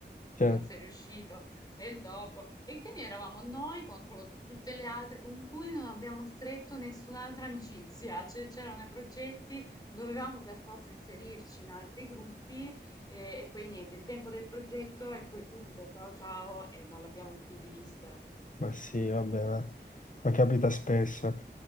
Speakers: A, on the left; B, on the left.
A: Certo.
B: se non sei riuscito è il dopo. E quindi eravamo noi contro tutte le altre con cui non abbiamo stretto nessun'altra amicizia, cioè c'erano i progetti, dovevamo per forza inserirci in altri gruppi e, e poi niente, il tempo del progetto e poi subito ciao ciao e non l'abbiamo più rivista.
A: Ma sì, vabbè, ma, ma capita spesso.